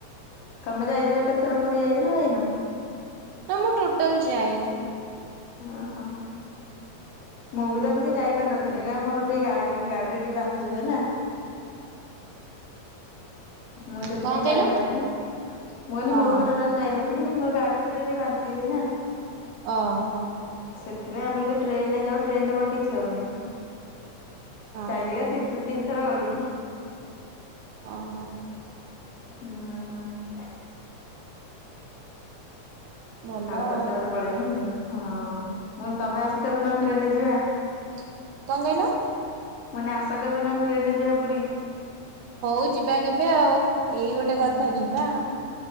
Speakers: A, on the left (about 60°); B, on the right (about 80°).
A: ତମେ ଯାଇଛ କେତଥର ପୁରୀ ଯାଇଛ ନାଁ ଯାଇନ?
B: ନା ମୁଁ ଟୋଟାଲ ଯାଇନି।
A: ଓହୋ ମୁଁ ବି ତ ଏମିତି ଯାଇପାରିନଥିଲି କ ମୋର ଗ ଗାଡିରେ ଟ ବାନ୍ତି ହୁଏ ନାଁ। ମୁଁ ସେଥିପାଇଁ
B: କଣ କହିଲ?
A: ଯାଇପାରେନି ମୁଁ କହିଲି
B: ହଁ
A: ମୁଁ ବି ଟୋଟାଲ ଯାଇନଥିଲିନି ମୋର ଗାଡି ଟ ଟିକେ ବାନ୍ତି ହୁଏ ନା।
B: ଓ ହୋ।
A: ସେଥିପାଇଁ ଆମେ କିନ୍ତୁ ଟ୍ରେନରେ ଯାଉ ଟ୍ରେନରେ ମୋର କିଛି ହବନି।
B: ହଁ।
A: <unintelligible> ତିନ ତିନ ଥର ଗଲୁଣିି।
B: ଓ ହୋ।
A: ହୁଁ।
B: ଭଲ
A: ଆଉଥର
B: ଆଉ।
A: ତାରେ ପଳେଇମି, ହଁ ମୁଁ ତମେ ଆସ କେବେ ନହଲେ ଟ୍ରେନରେ ଯିବା।
B: କଣ କହିଲ?
A: କହିନି ଆସ କେବେ ନା ଟ୍ରେନରେ ଯିବା ପୁରୀ।
B: ହଉ ଯିବା କେବେ ଆଉ, ଏଇ ଗୋଟେ
A: ହୁଁ
B: କଥା ଯିବା।